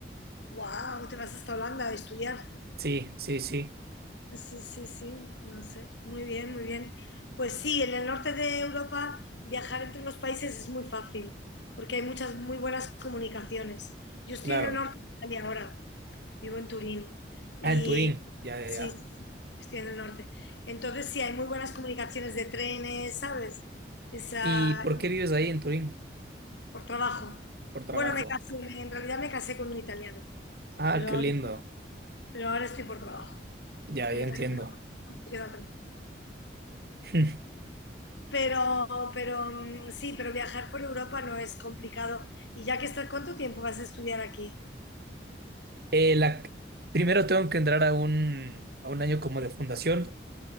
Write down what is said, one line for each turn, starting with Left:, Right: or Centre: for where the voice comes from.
Left: Wow, te vas hasta Holanda a estudiar.
Right: Sí, sí, sí,
Left: Sí, sí, sí, no sé. Muy bien, muy bien. Pues sí, en el norte de Europa viajar entre los países es muy fácil, porque hay muchas muy buenas comunicaciones. Yo estoy
Right: claro.
Left: en el norte de Italia ahora, vivo en Turín, y
Right: Ah, en Turín, ya, ya,
Left: sí,
Right: ya.
Left: sí, estoy en el norte. Entonces sí, hay muy buenas comunicaciones de trenes, ¿sabes? Esa,
Right: ¿Y por qué vives ahí en Turín?
Left: por trabajo.
Right: Por trabajo.
Left: Bueno, me casé, en realidad me casé con un italiano,
Right: Ah,
Left: pero
Right: qué
Left: ahora,
Right: lindo.
Left: pero ahora estoy por trabajo.
Right: Ya,
Left: El
Right: ya
Left: italiano
Right: entiendo.
Left: se quedó
Right: <laughs>
Left: Pero, pero mm, sí, pero viajar por Europa no es complicado. Y ya que estás, ¿cuánto tiempo vas a estudiar aquí?
Right: Eh, la, primero tengo que entrar a un, a un año como de fundación